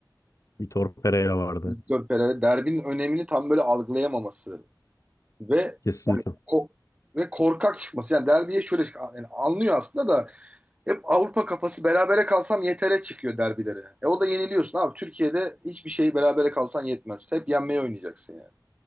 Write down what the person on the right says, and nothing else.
Victor Pereira derbinin önemini tam böyle algılayamaması ve
ko- ve korkak çıkması. Yani derbiye şöyle yani anlıyor aslında da hep Avrupa kafası berabere kalsam yetere çıkıyor derbilere. E o da yeniliyorsun abi. Türkiye'de hiçbir şeyi berabere kalsan yetmez. Hep yenmeye oynayacaksın yani.